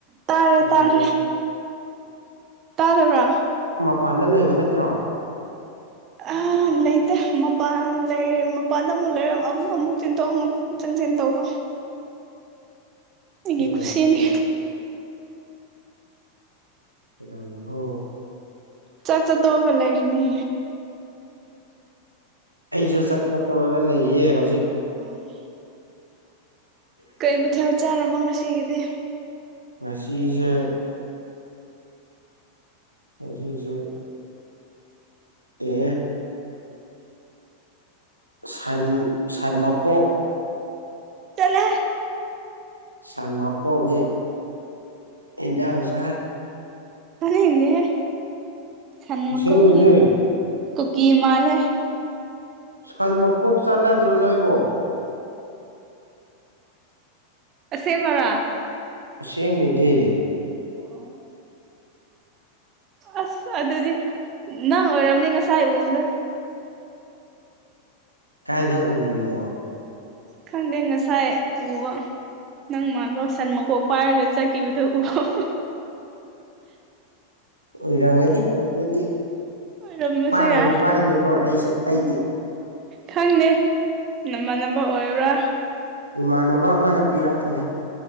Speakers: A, on the right; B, on the right.
A: ꯇꯥꯔꯦ
B: ꯍꯜꯂꯣ
A: ꯇꯥꯔꯦ ꯇꯥꯔꯕ꯭ꯔꯥ
B: ꯃꯄꯥꯟꯗ ꯂꯩꯕ ꯅꯠꯇ꯭ꯔꯣ
A: ꯑ ꯂꯩꯇꯦ ꯃꯄꯥꯟ ꯂꯩ ꯃꯄꯥꯟꯗ ꯑꯃꯨꯛ ꯂꯩꯔ ꯑꯃꯨꯛ ꯆꯦꯟꯊꯣꯛ ꯑꯃꯨꯛ ꯆꯪꯁꯤꯟ ꯇꯧꯕ ꯑꯩꯒꯤ
B: ꯀꯩꯗꯧꯔꯤꯒꯦ
A: ꯈꯨꯁꯤꯅꯤ
B: ꯍꯅꯣ
A: ꯆꯠ ꯆꯠ ꯇꯒꯂ ꯏꯔꯤꯅꯤ
B: ꯑꯩꯁꯨ ꯆꯠ ꯆ ꯇꯧꯔꯒ ꯂꯩꯔꯤꯌꯦ ꯍꯧꯖꯤꯛ
A: ꯑꯥ ꯀꯩ ꯃꯊꯦꯜ ꯆꯥꯔꯕ ꯉꯁꯤꯒꯤꯗꯤ
B: ꯃꯁꯤꯁꯤꯁꯦ ꯍꯧꯖꯤꯛ ꯍꯧꯁꯦ ꯑꯦ ꯁꯟ ꯁꯟ ꯃꯀꯣꯛ
A: ꯆꯠꯂꯣꯍꯦ
B: ꯁꯟ ꯃꯀꯦꯛꯒꯤ ꯏꯟꯖꯥꯡ ꯆꯥꯏ
A: ꯇꯥꯅꯤꯡꯗꯦꯍꯦ ꯁꯟ
B: ꯑꯁꯦꯡꯕꯩꯅꯦ
A: ꯃꯀꯣꯛꯒꯤ ꯀꯨꯀꯤ ꯃꯥꯜꯂꯦ
B: ꯁꯟ ꯃꯀꯣꯛ ꯆꯥꯟꯅꯗ꯭ꯔꯣ ꯅꯣꯏꯕꯣ
A: ꯑꯁꯦꯃ ꯕꯔꯥ
B: ꯑꯁꯦꯡꯕꯩꯅꯦ
A: ꯑꯣ ꯑꯁ ꯑꯗꯨꯗꯤ ꯅꯪ ꯑꯣꯏꯔꯝꯅꯤ ꯉꯁꯥꯏ ꯎꯕꯗꯣ
B: ꯀꯥꯏꯗ ꯎꯔꯤꯅꯣ
A: ꯈꯪꯗꯦ ꯉꯁꯥꯏ ꯎꯕ ꯅꯪ ꯃꯥꯟꯕ ꯁꯟ ꯃꯀꯣꯛ ꯄꯥꯏꯔꯒ ꯆꯠꯈꯤꯕꯗꯨ ꯎꯍꯧ
B: ꯑꯣꯏꯔꯝꯒꯅꯤ ꯑꯗꯨꯗꯤ
A: ꯑꯣꯏꯔꯝꯕꯁꯨ
B: ꯄꯥꯏꯕꯨꯗꯤ
A: ꯌꯥꯏ
B: ꯄꯥꯏꯗꯦꯀꯣ ꯑꯩꯁꯨ ꯑꯩꯗꯤ
A: ꯈꯪꯗꯦ ꯅꯃꯥꯟꯅꯕ ꯑꯣꯏꯕ꯭ꯔꯥ
B: ꯏꯃꯥꯟꯅꯕ ꯑꯃꯅ ꯄꯤꯔꯛꯄꯅꯦ